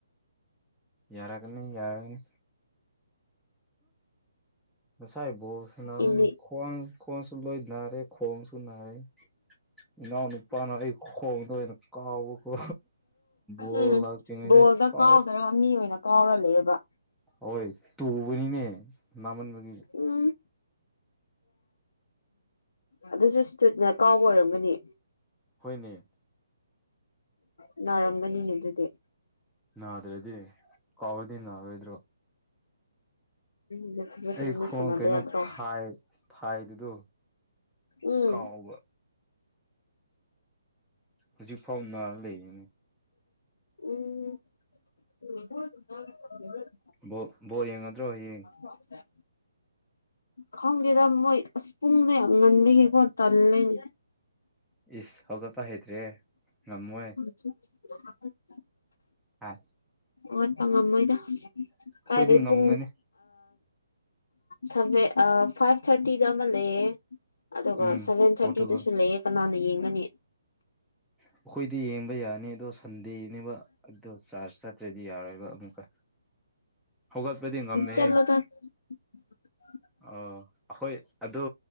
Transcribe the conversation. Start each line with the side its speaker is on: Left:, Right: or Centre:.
Centre: ꯔꯥꯒ ꯔꯥꯒꯅꯤ ꯍ ꯁꯥꯏꯕꯣ ꯁꯅ
Left: ꯏꯅꯦ
Centre: ꯈ꯭ꯋꯥꯡ ꯈ꯭ꯋꯥꯡꯁꯨ ꯂꯣꯏ ꯅꯥꯔꯦ ꯈ꯭ꯋꯥꯡꯁꯨ ꯅꯥꯔꯦ ꯏꯅꯥꯎ ꯅꯨꯄꯥꯅ ꯑꯩ ꯈꯣꯡꯗ ꯑꯣꯏꯅ ꯀꯥꯎꯕ ꯣ
Left: ꯎꯝ
Centre: ꯂꯥꯛ ꯀꯉꯅꯦ
Left: ꯕꯣꯜꯗ
Centre: ꯀ
Left: ꯀꯥꯎꯗ꯭ꯔꯒ ꯃꯤ ꯑꯣꯏꯅ ꯀꯥꯎꯔ ꯂꯩꯕ
Centre: ꯍꯣꯏ ꯇꯨꯕꯅꯤꯅꯦ ꯃꯃꯟꯕꯒꯤ
Left: ꯎꯝ ꯑꯗꯨꯁꯨ ꯁꯇꯨꯠꯅ ꯀꯥꯎꯕ ꯑꯣꯏꯔꯝꯒꯅꯤ
Centre: ꯍꯣꯏꯅꯦ
Left: ꯎ ꯅꯥꯔꯝꯒꯅꯤꯅꯦ ꯑꯗꯨꯗꯤ
Centre: ꯅꯗ꯭ꯔꯦꯗꯤ ꯀꯥꯎꯗꯤꯟ ꯅꯗꯣ
Left: ꯑꯗꯨ ꯐꯖ ꯐꯖꯅ
Centre: ꯑꯩ ꯈꯣꯡ
Left: ꯁꯥꯟꯅꯕ
Centre: ꯀꯩꯅꯣ
Left: ꯌꯥꯗ꯭ꯔꯣ
Centre: ꯊꯥꯏ ꯊꯥꯏꯗꯨꯗ
Left: ꯎꯝ
Centre: ꯀꯥꯎꯕ ꯍꯧꯖꯤꯛ ꯐꯥꯎ ꯅꯥꯔ ꯂꯩꯔꯤꯅꯤ
Left: ꯎꯝ <unintelligible>
Centre: ꯕ ꯕꯣꯔ ꯌꯦꯡꯉꯗ꯭ꯔꯣ ꯍꯌꯦꯡ
Left: ꯍꯣꯏ ꯈꯪꯗꯦꯗ ꯃꯣꯏ ꯑꯁ ꯄꯨꯡꯗꯣ ꯌꯥꯝ ꯉꯟꯗꯒꯦꯀꯣ ꯇꯜꯂꯦꯅꯦ
Centre: ꯏꯁ ꯍꯧꯒꯠꯄ ꯍꯩꯇ꯭ꯔꯦ ꯉꯝꯃꯣꯏ
Left: <unintelligible>
Centre: ꯑ
Left: ꯋꯥꯠꯄ ꯉꯝꯃꯣꯏꯗ
Centre: ꯑꯩꯈꯣꯏꯗꯤ
Left: ꯀꯥꯏꯗꯗꯤ
Centre: ꯉꯝꯒꯅꯤ
Left: ꯄꯨꯡ ꯁꯚꯦꯟ ꯐꯥꯏꯚ ꯊꯥꯔꯇꯤꯗ ꯑꯃ ꯂꯩꯌꯦ ꯑꯗꯨꯒ
Centre: ꯎꯝ
Left: ꯁꯚꯦꯟ ꯊꯥꯔꯇꯤꯗꯁꯨ
Centre: ꯄꯣꯔꯇꯨꯒꯜ
Left: ꯂꯩꯌꯦ ꯀꯅꯥꯅ ꯌꯦꯡꯒꯅꯤ
Centre: ꯑꯩꯈꯣꯏꯗꯤ ꯌꯦꯡꯕ ꯌꯥꯅꯤ ꯑꯗꯣ ꯁꯟꯗꯦꯅꯦꯕ ꯑꯗꯨꯗꯣ ꯆꯥꯔ ꯆ ꯆꯠꯇ꯭ꯔꯗꯤ ꯌꯥꯔꯣꯏꯕ ꯑꯃꯨꯛꯀ ꯍꯧꯒꯠꯄꯗꯤ ꯉꯝꯃꯦꯍꯦ
Left: ꯆꯠꯂꯣꯗ ꯎꯝ
Centre: ꯑ ꯑꯩꯈꯣꯏ ꯑꯗꯨ